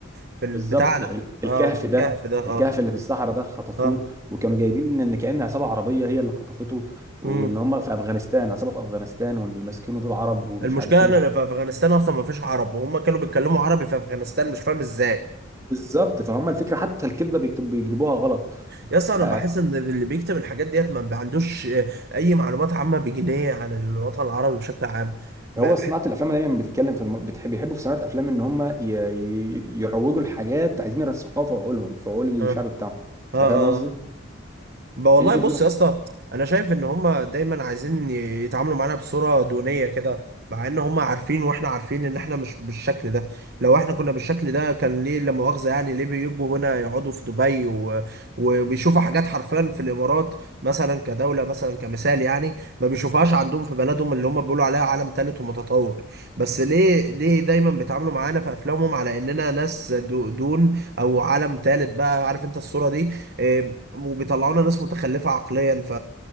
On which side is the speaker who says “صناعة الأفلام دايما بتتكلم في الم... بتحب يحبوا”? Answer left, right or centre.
Right